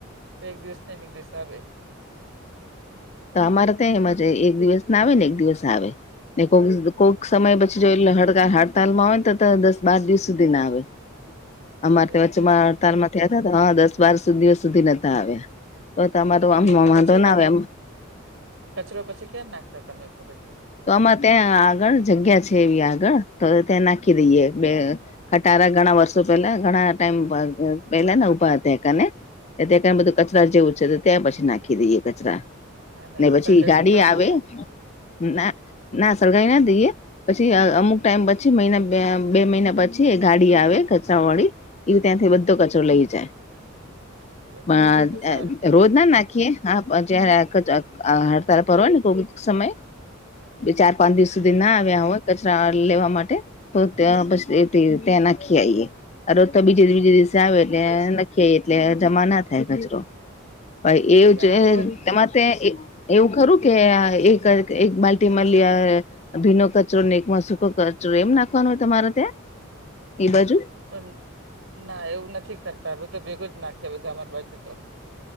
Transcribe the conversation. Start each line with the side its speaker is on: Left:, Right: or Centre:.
Right: તો એક દિવસ ને અને એક દિવસ આવે
Left: તો અમારે ત્યાં એમાં એક દિવસ ના આવે ને એક દિવસ આવે ને કોઈક
Right: હા
Left: કોઈક
Right: હા
Left: સમય પછી જો એટલે હડ હડતાલ માં આવેય ને તો દસ બાર દિવસ સુધી ના આવે. અમારે
Right: એવું
Left: વચ્ચેમાં
Right: છે એમ
Left: હડતાલમાં થયા હતા હા દસ બાર દિવસ સુધી નોતા આવ્યા તો તમારું
Right: એમની
Left: આમમાં
Right: પછી
Left: તો
Right: તમે
Left: ના આવે એમ
Right: કચરો પછી કેમ નાખતા તમે તો પછી?
Left: તો આમાં ત્યાં આગળ જગ્યા છે એવી આગળ તો ત્યાં નાખી દઈએ બે ખટારા ઘણા વર્ષો પેલા ઘણા ટાઈમ પેલા ને ઉભા હતાને તં ક બધું કચરા જેવું છે તો ત્યાં પછી નાખી દઈએ કચરા.
Right: હા
Left: ને પછી
Right: સળગાવી
Left: ગાડી
Right: દેતા હશો
Left: આવે
Right: ને
Left: ના ના સળગાઈ ના દઈએ પછી અમુક ટાઈમ પછી મહિના બે મહિના પછી એ ગાડી આવે કચરા વાળી એ ત્યાંથી બધો કચરો લઈ જાય
Right: એ
Left: પણ
Right: તો તો સારું કેવાય
Left: રોજ ના નાખીએ હા જય્યારે આ જ હડતાળ પરવા ને કોક સમય બે ચાર પાંચ દિવસ
Right: હમ
Left: સુધી ના હોય કચરા લેવા માટે તો ત્યા પછી ત્યાં નાખી આઈએ. રોજ તો બીજે બીજે દિવસે
Right: હમ
Left: આવે એટલે નખી એટલે જમા ના થાય કચરો ભાઈ એ
Right: તે
Left: જ
Right: આમ જોઓ ને
Left: તમારે
Right: હા,
Left: એવું ખરું કે એક એક બાલ્ટી મલિયા ભીનો કચરો એકમાં સૂકો કચરો એમ નાખવાનો હોય તમારે ત્યાં એ બાજુ
Right: પણ ના એવું નથી કરતા બધો ભેગું જ નાખે બધું અમાર બાજુ તો